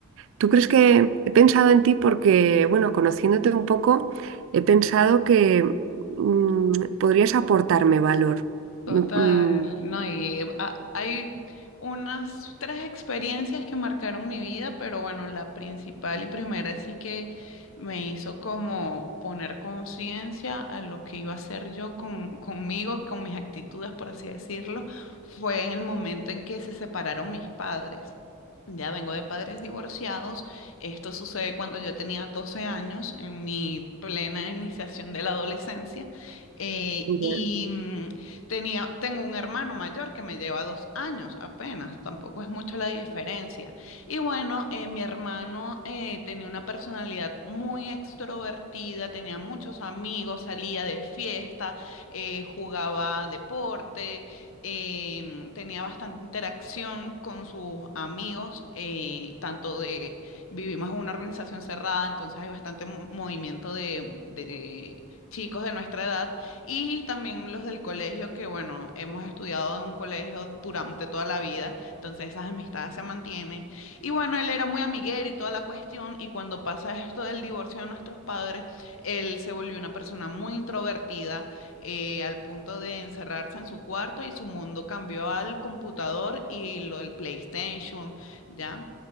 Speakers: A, on the right; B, on the left.
A: ¿Tú crees que he pensado en ti porque, bueno, conociéndote un poco, he pensado que mm, podrías aportarme valor?
B: Total,
A: Mm, mm,
B: no, y eh, ha- hay unas tres experiencias que marcaron mi vida, pero bueno, la principal y primera sí que me hizo como poner conciencia a lo que iba a hacer yo con, conmigo, con mis actitudes, por así decirlo, fue en el momento en que se separaron mis padres. Ya vengo de padres divorciados. Esto sucede cuando yo tenía 12 años, en mi plena iniciación de la adolescencia. Eh,
A: ujú,
B: y
A: ya,
B: mm, Tenía, tengo un hermano mayor que me lleva dos años apenas, tampoco es mucho la diferencia. Y bueno, eh, mi hermano eh, tenía una personalidad muy extrovertida, tenía muchos amigos, salía de fiesta, eh, jugaba deporte, em, tenía bastante interacción con sus amigos, eh, tanto de, vivimos en una organización cerrada, entonces hay bastante mo- movimiento de de chicos de nuestra edad y también los del colegio, que bueno, hemos estudiado en un colegio durante toda la vida, entonces esas amistades se mantienen. Y bueno, él era muy amiguero y toda la cuestión, y cuando pasa esto del divorcio de nuestros padres, él se volvió una persona muy introvertida, eh, al punto de encerrarse en su cuarto y su mundo cambió al computador y lo del PlayStation, ¿ya?